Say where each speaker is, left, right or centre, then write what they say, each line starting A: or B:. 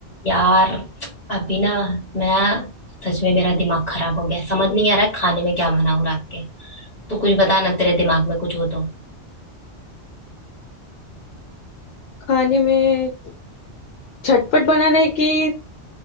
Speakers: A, on the left (about 35°); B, on the left (about 65°).
A: यार अभी ना मैं सच में मेरा दिमाग खराब हो गया समझ
B: हम्म,
A: नहीं आ रहा है खाने में क्या बनाऊं रात के तू कुछ बता ना तेरे दिमाग में कुछ हो तो
B: खाने में झटपट बनाना है कि